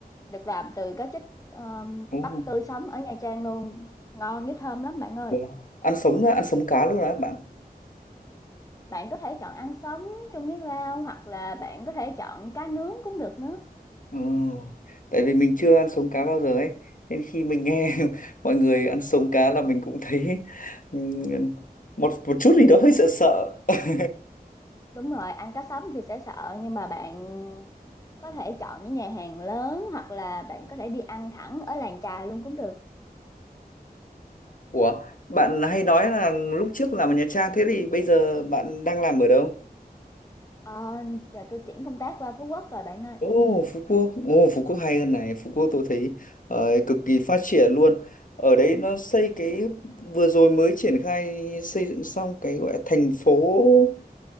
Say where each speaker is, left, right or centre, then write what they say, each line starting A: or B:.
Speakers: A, on the left; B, on the left.
A: được làm từ cá trích, ờ,
B: Ồ,
A: bắt tươi sống ở Nha Trang luôn, ngon với thơm lắm bạn ơi.
B: wow. ăn sống á, ăn sống cá luôn đó bạn
A: Bạn có thể chọn ăn sống chung với rau hoặc là bạn có thể chọn cá nướng cũng được nữa.
B: Ồ, tại vì mình chưa ăn sống cá bao giờ ấy nên khi mình nghe <laughs> mọi người ăn sống cá là mình cũng thấy ừm, một một chút gì đó hơi sợ sợ <laughs>
A: Đúng rồi, ăn cá sống thì sẽ sợ nhưng mà bạn có thể chọn những nhà hàng lớn hoặc là bạn có thể đi ăn thẳng ở làng chài luôn cũng được.
B: Ủa, bạn hay nói là lúc trước làm ở Nha Trang thế thì bây giờ bạn đang làm ở đâu?
A: Ờ, giờ tui chuyển công tác qua Phú Quốc rồi bạn ơi.
B: Ồ, Phú Quốc. Ồ, Phú Quốc hay hơn này. Phú Quốc tôi thấy ờ, cực kỳ phát triển luôn. Ở đấy nó xây cái vừa rồi mới triển khai xây dựng xong cái gọi là thành phố